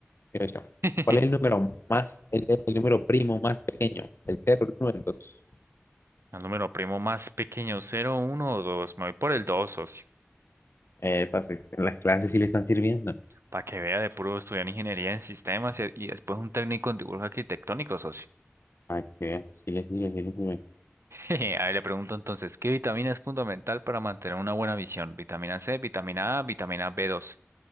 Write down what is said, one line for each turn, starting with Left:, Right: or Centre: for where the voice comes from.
Left: Mira yo,
Right: <laughs>
Left: ¿Cuál es el número más, el, el número primo más pequeño? El cero, el uno, el dos.
Right: El número primo más pequeño, cero, uno, o 2. Me voy por el 2, socio.
Left: Epa, sí, en las clases sí le están sirviendo.
Right: Para que vea de puro estudiar ingeniería en sistemas y, y después un técnico en dibujo arquitectónico, socio.
Left: Ay, qué bien, sí le sirve, sí le sirve.
Right: <laughs> Jeje, A ver, le pregunto entonces, ¿qué vitamina es fundamental para mantener una buena visión? ¿Vitamina C, vitamina A, vitamina B12?